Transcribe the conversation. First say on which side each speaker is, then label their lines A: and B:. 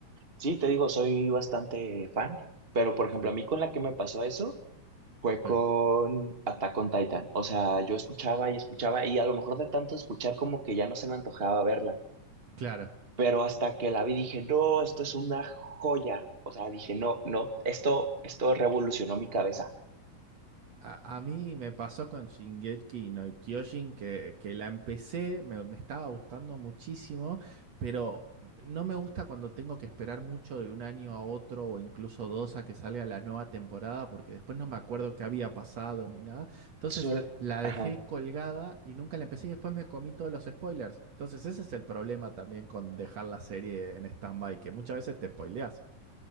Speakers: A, on the right (about 20°); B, on the right (about 55°).
A: Sí, te digo, soy bastante fan, pero por ejemplo,
B: Sí,
A: a mí con la que me pasó eso fue con
B: sí.
A: Attack on Titan. O sea, yo escuchaba y escuchaba y a lo mejor de tanto escuchar como que ya no se me antojaba verla.
B: Claro.
A: Pero hasta que la vi dije, no, esto es una joya. O sea, dije, no, no, esto, esto revolucionó mi cabeza.
B: A, a mí me pasó con Shingeki no Kyojin que, que la empecé, me, me estaba gustando muchísimo, pero no me gusta cuando tengo que esperar mucho de un año a otro o incluso dos a que salga la nueva temporada porque después no me acuerdo qué había pasado ni nada. Entonces
A: Suel-
B: la
A: Ajá.
B: dejé colgada y nunca la empecé y después me comí todos los spoilers. Entonces ese es el problema también con dejar la serie en stand-by, que muchas veces te spoileas.